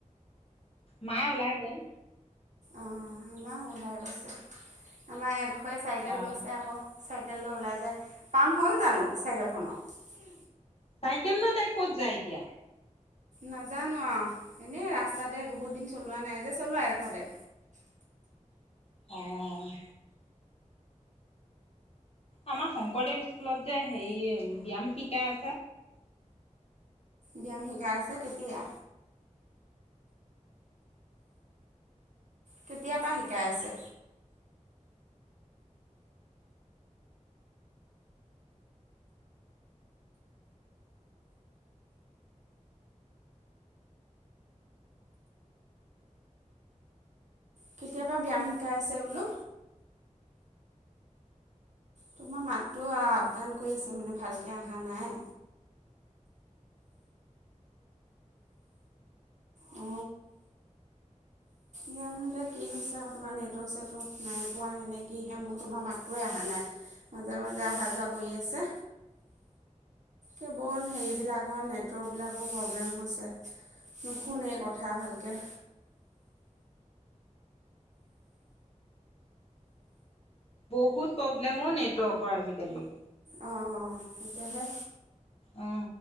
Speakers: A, on the left (about 50°); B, on the right (about 65°).
A: মায় ওলাই গ'ল
B: অ আমাৰ ওলাই গৈছে আমাৰ চাইকেল
A: অ
B: লৈছে আকৌ চেলৈ ওলাই যায় পাম হ'ল জানো চাইকেল খনৰ
A: চাইকেল ল তাই ক'ত যায় এতিয়া
B: নাজানো আৰু এনেই ৰাস্তাতে বহুত দিন চলোৱা নাই যে চলোৱা এডোখতে
A: অঁ আমাৰ শংকৰদেৱ স্কুলত যে হেৰি ব্যায়াম শিকাই আছে
B: ব্যায়াম শিকাই আছে কেতিয়া কেতিয়াপা শিকাই আছে কেতিয়াবা ব্যায়াম শিকাই আছে বোলো তোমাৰ মাতটো আপডাউন কৰি আছে মানে ভালকে অহা নাই অ জানো এতিয়া কি হৈছে আকৌ তোমাৰ নেটৱৰ্ক জানো এতিয়া কি হৈছে তোমাৰ নেটৱৰ্ক সেটৱৰ্ক নাই পোৱা হেনে কিহে মোৰ তোমাৰ মাতটোৱেই অহা নাই। মাজে মাজে অহা যোৱা কৰি আছে কেৱল হেৰিবিলাকৰ নেটৱৰ্কবিলাকো প্ৰব্লেম হৈছে নুশুনেই কথা ভালকে
A: বহুত প্ৰব্লেমো নেটৱৰ্কৰ আজিকালি
B: অ সেইটোহে
A: অ